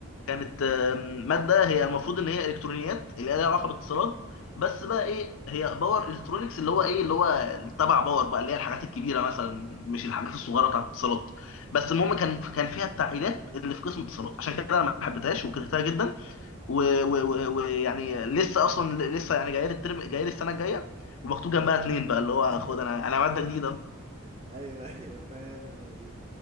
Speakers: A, on the left (about 75°); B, on the right (about 30°).
A: كانت آم، ماده هي المفروض ان هي الكترونيات اللي هي لها علاقه بالاتصالات بس بقى ايه هي باور الكترونكس اللي هو ايه اللي هو تبع باور بقى اللي هي الحاجات الكبيره مثلا مش الحاجات الصغيره بتاعت الاتصالات بس المهم كان كان فيها التعقيدات اللي في قسم الاتصالات عشان كده انا ما حبيتهاش وكرهتها جدا ويعني و... و... و- ويعني لسه اصلا لسه يعني جايه لي الترم جايه لي السنه الجايه ومكتوب جنبها اتنين بقى اللي هو
B: <laughs>
A: خد انا انا ماده جديده
B: ايوه ايوه فاهم انا دي